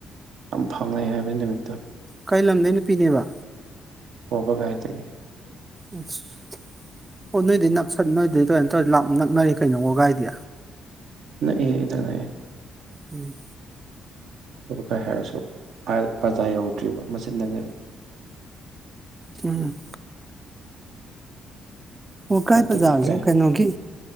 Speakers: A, on the right (about 80°); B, on the right (about 20°).
A: ꯐꯥꯡꯉꯩ ꯍꯥꯏꯕꯅꯦ ꯅꯨꯃꯤꯠꯇꯨ꯫
B: ꯀꯩ ꯂꯝꯗꯩ ꯅꯨꯄꯤꯅꯦꯕ꯫
A: ꯋꯥꯕꯥꯒꯥꯏꯗꯒꯤ
B: ꯎꯁ ꯑꯣ ꯅꯣꯏꯗꯤ ꯅꯛꯁꯟ ꯅꯣꯏꯗꯩꯗꯤ ꯀꯩꯅꯣꯇꯧꯔꯗꯤ ꯂꯥꯞ ꯅꯛꯅꯔꯦ ꯀꯩꯅꯣ ꯋꯥꯒꯥꯏꯗꯤ꯫
A: ꯅꯛꯑꯦ ꯏꯅꯛ ꯅꯛꯑꯦ꯫
B: ꯎꯝ꯫
A: <unintelligible> ꯍꯥꯏꯔꯁꯨ <unintelligible> ꯕꯖꯥ ꯌꯧꯗ꯭ꯔꯤꯕ꯫ ꯃꯆꯤꯟꯗꯅꯦꯕ꯫
B: ꯎꯝ꯫ ꯋꯥꯒꯥꯏ
A: ꯑꯗꯒꯤ
B: ꯕꯖꯥꯔꯖꯦ
A: ꯀꯩ
B: ꯀꯩꯅꯣꯒꯤ꯫